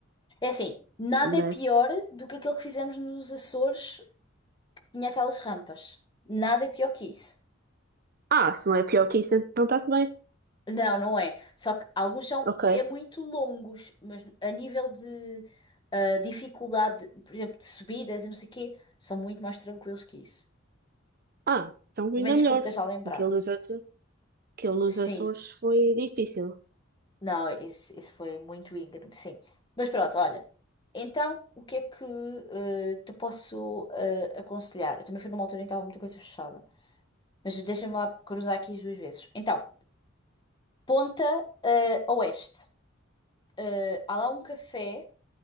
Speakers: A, on the left (about 20°); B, on the right (about 45°).
A: É assim, nada
B: Mas,
A: é pior do que aquilo que fizemos nos Açores tinha aquelas rampas. Nada é pior que isso.
B: ah, se não é pior que isso, então está-se bem.
A: Não, não é. Só que alguns são
B: Ok.
A: é muito longos, mas a nível de ah, dificuldade, por exemplo, de subidas e não sei o quê, são muito mais tranquilos que isso.
B: Ah, então
A: Pelo
B: ainda
A: menos
B: melhor.
A: que eu me esteja a lembrar.
B: Aquilo nos Açores, aquilo nos
A: Sim.
B: Açores foi difícil.
A: Não, esse, esse foi muito íngreme, sim. Mas pronto, olha. Então, o que é que ah, te posso ah, aconselhar? Eu também fui numa altura em que estava muita coisa fechada. Mas deixa-me lá cruzar aqui as duas vezes. Então, Ponta ah, Oeste. eh, há lá um café